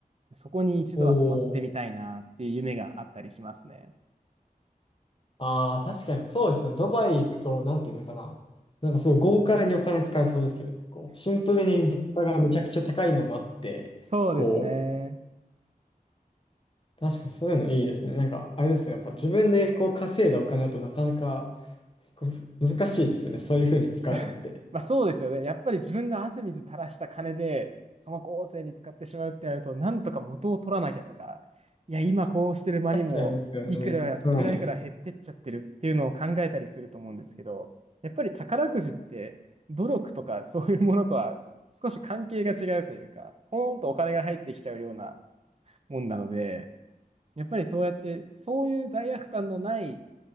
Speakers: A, on the right; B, on the left.
A: そこに一度は泊まってみたいなっていう夢があったりしますね。
B: おああ、確かにそうですね。ドバイ行くと、なんていうのかな。なんかすごい豪快にお金使えそうですよね。こう、シンプルに物価がめちゃくちゃ高いのもあって、
A: そうですね。
B: こう、確かにそういうのいいですね。なんか、あれですね。やっぱ自分でこう稼いだお金だとなかなかこう難しいですよね。そういうふうに使うのって。
A: <laughs>
B: な
A: まあそうですよね。やっぱり自分が汗水垂らした金で、その後世に使ってしまうってなると、なんとか元を取らなきゃとか、いや、今こうしてる間にも、
B: っちゃいますよね。
A: いくら、
B: はい。
A: いくらいくら減ってっちゃってるっていうのを考えたりすると思うんですけど、やっぱり宝くじって、努力とかそういうものとは少し関係が違うというか、ポーンとお金が入ってきちゃうようなもんなので、やっぱりそうやって、そういう罪悪感のない